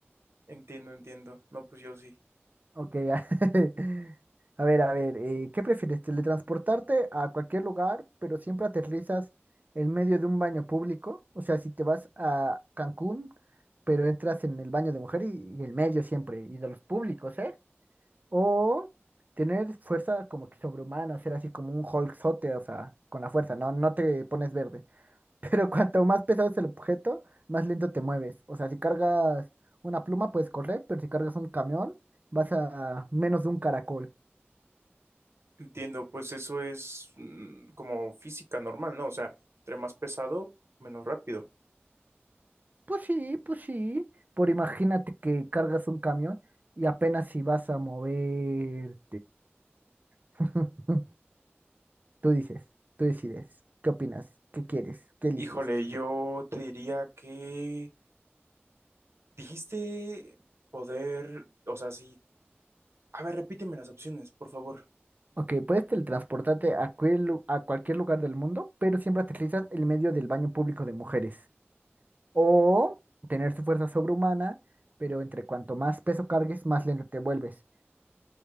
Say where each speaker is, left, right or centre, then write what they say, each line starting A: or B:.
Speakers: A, on the right; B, on the right.
A: Entiendo, entiendo. No, pues yo sí.
B: Ok, ya. <laughs> a ver, a ver, eh, ¿qué prefieres? ¿Teletransportarte a cualquier lugar, pero siempre aterrizas en medio de un baño público? O sea, si te vas a Cancún, pero entras en el baño de mujer y, y en medio siempre, y de los públicos, ¿eh? O tener fuerza como que sobrehumana, ser así como un Hulkzote, o sea, con la fuerza, no, no te pones verde. <laughs> Pero cuanto más pesado es el objeto, más lento te mueves. O sea, si cargas una pluma puedes correr, pero si cargas un camión, vas a menos de un caracol.
A: Entiendo, pues eso es mm, como física normal, ¿no? O sea, entre más pesado, menos rápido.
B: Pues sí, pues sí. Por imagínate que cargas un camión y apenas si vas a moverte. <laughs> Tú dices, tú decides, ¿qué opinas? ¿Qué quieres? ¿Qué eliges?
A: Híjole, yo te diría que dijiste poder, o sea, sí. A ver, repíteme las opciones, por favor.
B: Ok, puedes teletransportarte a, cuel- lu- a cualquier lugar del mundo, pero siempre aterrizas en medio del baño público de mujeres. O tener tu fuerza sobrehumana, pero entre cuanto más peso cargues, más lento te vuelves.